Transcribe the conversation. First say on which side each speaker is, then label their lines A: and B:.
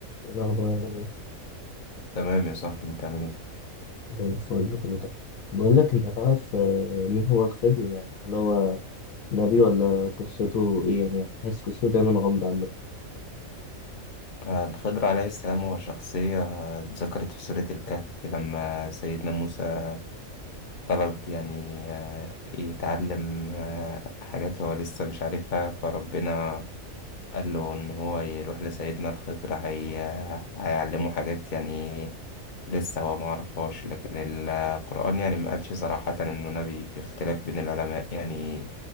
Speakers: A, on the left; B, on the left.
A: إيه الأخبار عامل إيه؟
B: تمام يا صاحبي انت عامل ايه
A: زي الفل كله تمام بقول لك أنت تعرف آه، مين هو الخضر يعني هل هو نبي ولا قصته إيه يعني حاسس قصته دايما غامضة عامة
B: آه، الخضر عليه السلام هو شخصية آه، اتذكرت في سورة الكهف لما سيدنا موسى طلب يعني آه، يتعلم آه، حاجات هو لسه مش عارفها فربنا قال له ان هو يروح لسيدنا الخضر هي... هيعلمه حاجات يعني لسه هو ما عرفهاش لكن القرآن يعني ما قالش صراحة انه نبي في اختلاف بين العلماء يعني